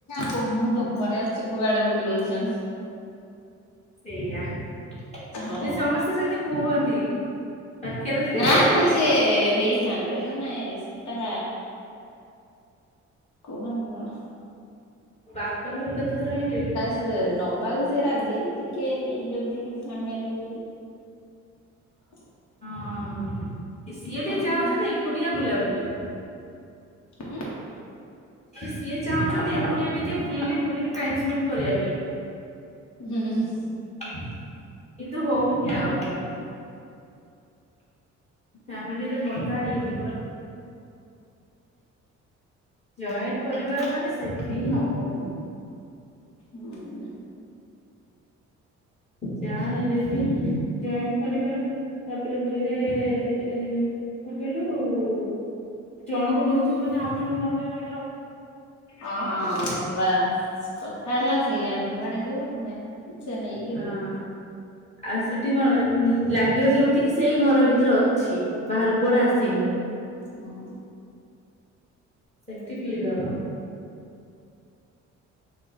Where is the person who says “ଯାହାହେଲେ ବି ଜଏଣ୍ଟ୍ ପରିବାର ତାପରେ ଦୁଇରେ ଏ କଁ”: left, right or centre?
Left